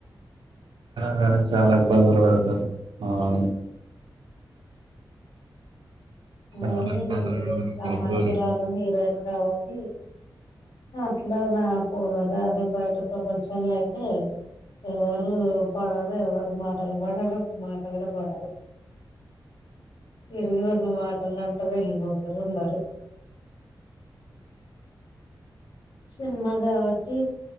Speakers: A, on the right (about 75°); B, on the left (about 75°).
A: చాలా చాలా ఇబ్బందులు పెడతారు ఆ అవును చాలా
B: ఏ
A: ఇబ్బందులు పెడతారు
B: కమాకి
A: పొద్దురు
B: రాలో హీరోయిను కాబట్టి అట్లా నా అ అదే బయట ప్రపంచంలో అయితే ఎవరు పడరు ఎవరు మాటలు పడరు ఒక మాట కూడా పడరు తిరిగి రెండు మాటలు పెళ్ళంటరు వెళ్ళిపోతారు ఉండారు సినిమా కాబట్టి